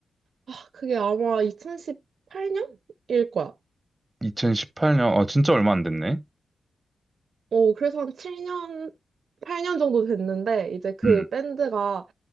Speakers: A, on the right; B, on the right.
A: 아, 그게 아마 2018년일 거야.
B: 2018년, 어, 진짜 얼마 안 됐네.
A: 어, 그래서 한 7년, 8년 정도 됐는데, 이제 그
B: 음.
A: 밴드가